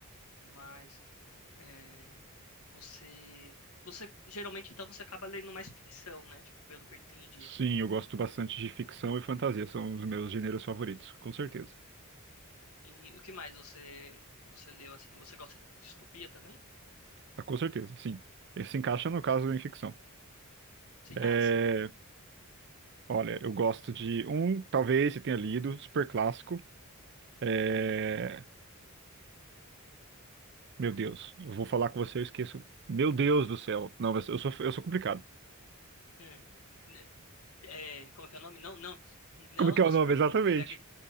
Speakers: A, on the left; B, on the right.
A: Mas é, você, você geralmente então você acaba lendo mais ficção, né? Tipo, pelo que eu entendi.
B: Sim, eu gosto bastante de ficção e fantasia, são os meus gêneros favoritos, com certeza.
A: E o que mais você você leu assim? Você gosta de distopia também?
B: Ah, com certeza, sim. Esse se encaixa no caso em ficção.
A: Sim.
B: É,
A: Ah, sim.
B: olha, eu gosto de um, talvez você tenha lido, super clássico. É, meu Deus, eu vou falar com você, eu esqueço. Meu Deus do céu. Não, mas eu sou, eu sou complicado.
A: É, Né, é, como que é o nome? Não, não, não,
B: Como é que
A: não
B: é o
A: se
B: nome
A: preocupe.
B: exatamente?
A: Pegue,